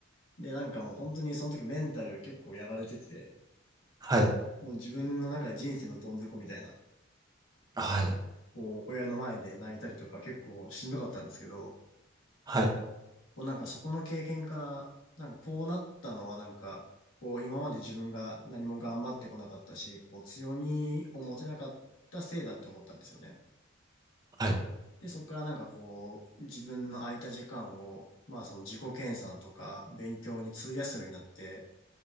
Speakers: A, on the left; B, on the right.
A: で、なんかもう本当にその時メンタル結構やられてて、
B: はい。
A: もう自分の中で人生のどん底みたいな、
B: はい。
A: こう、親の前で泣いたりとか結構しんどかったんですけど、
B: はい。
A: こうなんかそこの経験から、なんかこうなったのはなんか、こう今まで自分が何も頑張ってこなかったし、こう強みを持てなかったせいだって思ったんですよね。
B: はい。
A: で、そこからなんかこう、自分の空いた時間を、まあその自己研鑽とか勉強に費やすようになって、